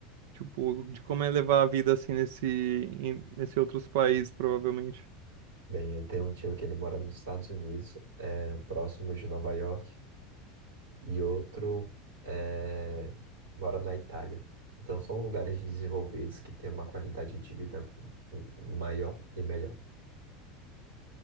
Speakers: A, on the right; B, on the right.
A: tipo, de como é levar a vida, assim, nesse, em- nesse outros países, provavelmente?
B: Bem, eu tenho um tio que ele mora nos Estados Unidos, é, próximo de Nova York. e outro é, mora na Itália. Então são lugares desenvolvidos que têm uma qualidade de vida maior e melhor.